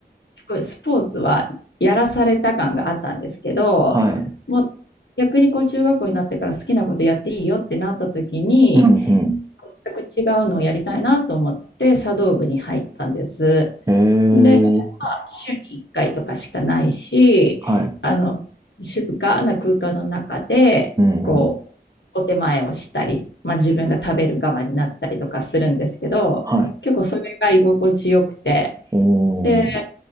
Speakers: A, on the left (about 85°); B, on the right (about 20°).
A: すごいスポーツはやらされた感があったんですけど、
B: はい。
A: もう逆にこう中学校になってから好きなことやっていいよってなった時に、
B: うん、う
A: 全く違うのをやりたいなと思って茶道部に入ったんです。
B: ん。え
A: で、
B: ー
A: 週に1回とかしかないし、
B: はい。
A: あの、静かな空間の中で、
B: うん、
A: こう、
B: うん。
A: お手前をしたり、まあ、自分が食べる側になったりとかするんですけど、
B: はい。
A: 結構それが居心地よくて、
B: おー、
A: で、